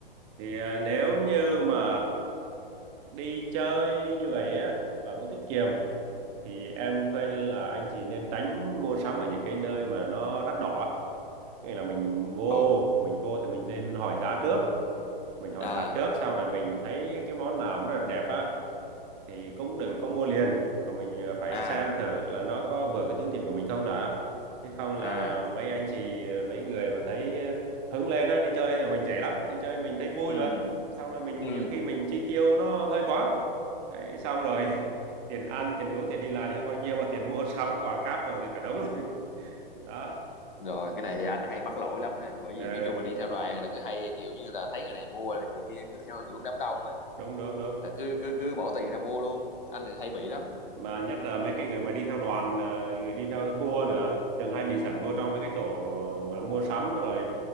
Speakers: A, on the right (about 20°); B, on the left (about 60°).
A: thì à, nếu như mà đi chơi như vậy á và muốn tiết kiệm thì em khuyên là anh chị nên tránh mua sắm ở những cái nơi mà nó đắt đỏ á. nghĩa là mình mua
B: Ồ.
A: mình vô thì mình nên hỏi giá trước mình hỏi
B: à
A: giá trước xong rồi mình thấy cái món nào mà nó đẹp đẹp á thì cũng đừng có mua liền mà mình ờ, phải
B: à
A: xem thử là nó có vừa cái túi tiền của mình không đã chứ không là
B: à
A: mấy anh chị ờ, mấy người mà thấy hứng lên á đi chơi là mình rẻ lắm đi chơi mình thấy vui
B: ừ
A: mà xong rồi mình
B: ừ
A: nhiều khi mình chi tiêu nó hơi quá cái xong rồi <laughs> tiền ăn tiền uống tiền đi lại thì không bao nhiêu mà tiền mua sắm quà cáp đồ thì cả đống <laughs> đó
B: rồi cái này thì anh hay mắc lỗi lắm nè bởi vì
A: ừ,
B: nói chung là đi theo đoàn là cứ hay kiểu như là thấy người này mua là người kia cứ theo hiệu đám đông á
A: đúng đúng đúng
B: là cứ cứ cứ bỏ tiền ra mua luôn anh thì hay bị lắm
A: mà nhất là mấy cái người mà đi theo đoàn ờ, đi theo tour nữa thường hay bị dẫn
B: ừ
A: vô trong mấy cái chỗ ờ, gọi là mua sắm rồi